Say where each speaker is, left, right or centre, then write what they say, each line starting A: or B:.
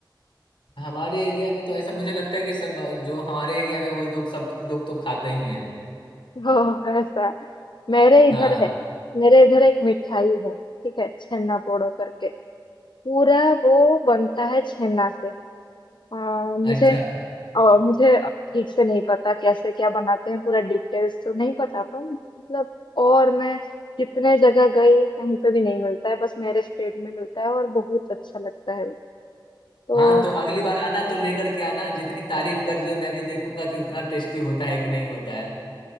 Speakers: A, on the left; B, on the left.
A: हमारे एरिया में तो ऐसा मुझे लगता है कि सब जो हमारे एरिया में वो लोग सब लोग तो खाते ही हैं
B: हो ऐसा मेरे
A: हाँ
B: इधर है मेरे इधर एक मिठाई है ठीक है छेना पोड़ो करके पूरा वो बनता है छेना से आ, मुझे
A: अच्छा
B: आ, मुझे ठीक से नहीं पता कैसे क्या बनाते हैं पूरा डिटेल्स तो नहीं पता पर मतलब और मैं जितने जगह गई कहीं पे भी नहीं मिलता है बस मेरे स्टेट में मिलता है और बहुत अच्छा लगता है वो। तो
A: हाँ तो अगली बार आना तो लेकर के आना जितनी तारीफ कर रही हो मैं भी देखूंगा कि उतना टेस्टी होता है कि नहीं होता है